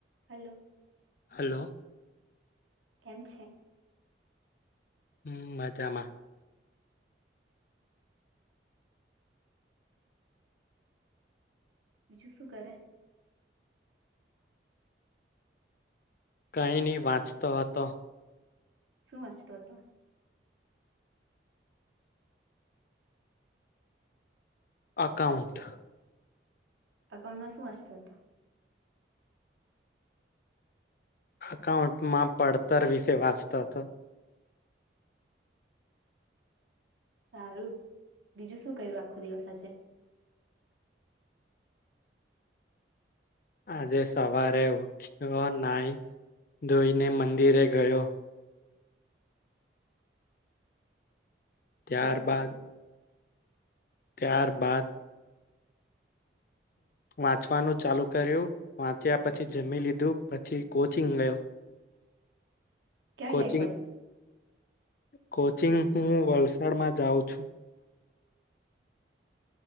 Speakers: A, on the right; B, on the left.
A: Hello
B: hello
A: કેમ છે
B: હમ મજામાં
A: બીજું શું કરે
B: કંઈ નહી વાંચતો હતો
A: શું વાંચતો હતો
B: એકાઉન્ટ
A: અકાઉન્ટમાં શું વાંચતો હતો
B: અકાઉન્ટમાં પડતર વિશે વાંચતો હતો
A: સારું બીજું શું કર્યું આખો દિવસ આજે
B: આજે સવારે ઉઠ્યો નાઈ ધોઈ મંદિરે ગયો ત્યાર
A: હમ
B: બાાદ ત્યાર બાદ વાંચવાનું ચાલુ કર્યું વાંચ્યા પછી જમી લીધું પછી કોચિંગ ગયો
A: ક્યાં
B: કોચિંગ
A: જાય
B: કોચિંગ હું વલસાડમાં જાઉં છું